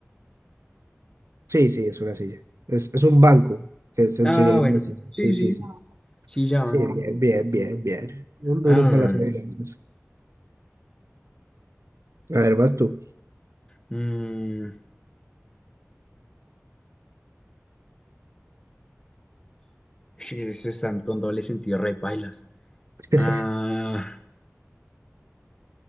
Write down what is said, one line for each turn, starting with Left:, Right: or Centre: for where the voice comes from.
Right: Sí, sí, es una silla. Es, es un banco, que es el
Left: Ah,
Right: sinónimo
Left: bueno.
Right: de silla.
Left: Sí,
Right: Sí,
Left: sí.
Right: sí, sí.
Left: Silla,
Right: Sí,
Left: banco.
Right: bien, bien, bien, bien. Un duro
Left: Ah,
Right: para las adivinanzas. A ver, vas tú.
Left: mm, sí, sí, sí, están con doble sentido, re pailas.
Right: <laughs>
Left: Ah,